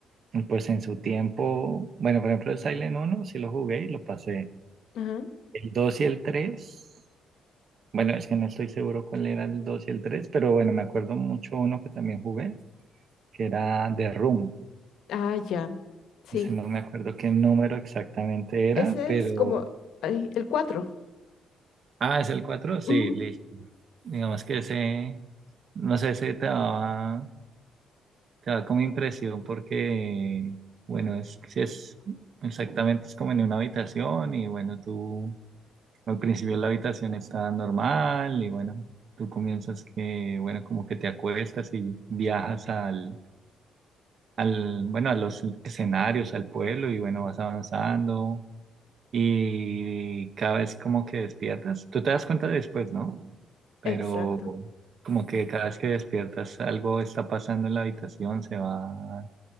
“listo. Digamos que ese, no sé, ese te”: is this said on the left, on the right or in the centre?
Right